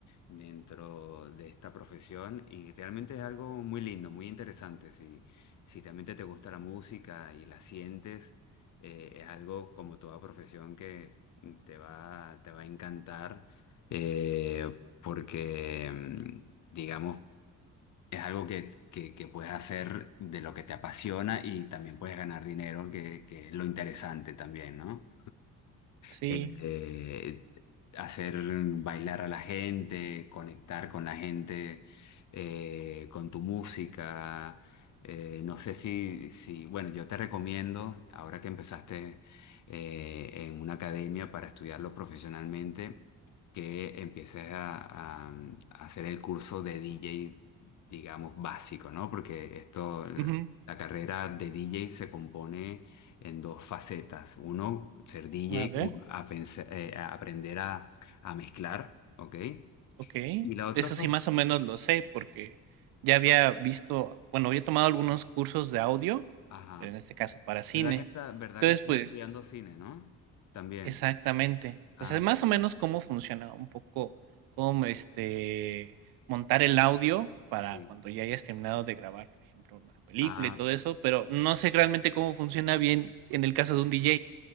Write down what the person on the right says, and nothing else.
Sí.
Ujú.
A ver,
ok.
Eso sí, más o menos lo sé porque ya había visto, bueno, había tomado algunos cursos de audio,
pero en este caso para cine.
Entonces,
pues
Exactamente.
O sea, más o menos cómo funciona un poco, cómo este, montar el audio para
cuando ya hayas terminado de grabar, por ejemplo, una película
y todo eso, pero no sé realmente cómo funciona bien en el caso de un DJ.